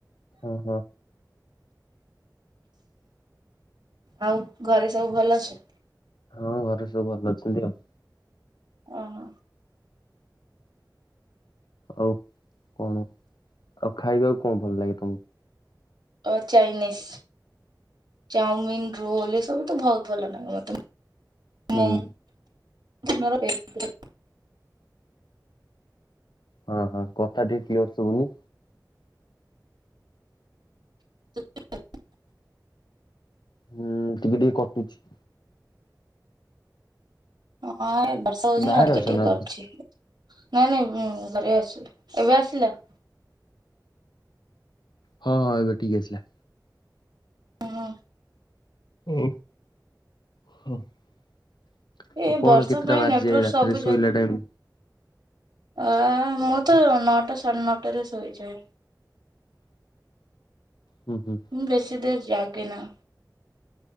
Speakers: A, on the left; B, on the right.
A: ଓହୋ।
B: ଆଉ ଘରେ ସବୁ ଭଲ ଅଛ?
A: ହଁ ଘରେ ସବୁ ଭଲ ଅଛନ୍ତି ଆଉ।
B: ଓହ।
A: ଆଉ କଣ ଆଉ ଖାଇବାକୁ କଁ ଭଲ ଲାଗେ ତମୁ?
B: ତ ଚାଇନିସ୍ ଚାଓମିିନ୍ ରୋଲ୍ ଏସବୁ ତ ଭଉତ୍ ଭଲ ନାଗେ ମତେ।
A: ହୁଁ
B: ମୁଁ ମୋର ହେଇତୃ
A: ହଁ ହଁ କଥା ଟିଏ କ୍ଲିଅର୍ ଶୁବୁନି।
B: <inaudible>
A: ହୁଁ ଟିକେ ଟିକେ କଟୁଛି।
B: ହଁ ଏ ବର୍ଷା ହୋଉଚି
A: ବାହାରେ
B: ନାଁ ଟିକେ
A: ଅଛ
B: ଟିକେ
A: ନା
B: କଟଚି ନାଇଁ ନାଇଁ ଉଁ ଘରେ ଅଛି। ଏବେ ଆସିଲା?
A: ହଁ ହଁ ଏବେ ଠିକ୍ ଆସିଲା।
B: ହୁଁ।
A: ଓ ହଁ। ଆଉ
B: ଏ
A: କଣ
B: ବର୍ଷା
A: କେତେଟା
B: ପାଇଁ
A: ବାଜିଯାଏ
B: ନେଟୱାର୍କ
A: ରାତିରେ
B: ସବୁ ଜାଗା
A: ଶୋଇଲା ଟାଇମ୍?
B: ଆ ମୁଁ ତ ନଅଟା ସାଢ଼େ ନଅଟାରେ ଶୋଇଯାଏ।
A: ହୁଁ ହୁଁ
B: ମୁଁ ବେଶୀ ଦେର୍ ଜାଗେନା।